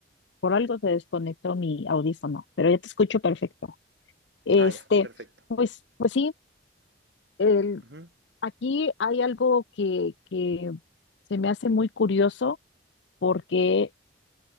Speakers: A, on the left; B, on the right.
A: por algo se desconectó mi audífono, pero ya te escucho perfecto. Este,
B: Ah, ya, perfecto.
A: pues, pues sí, el-
B: Uh -huh.
A: aquí hay algo que, que se me hace muy curioso porque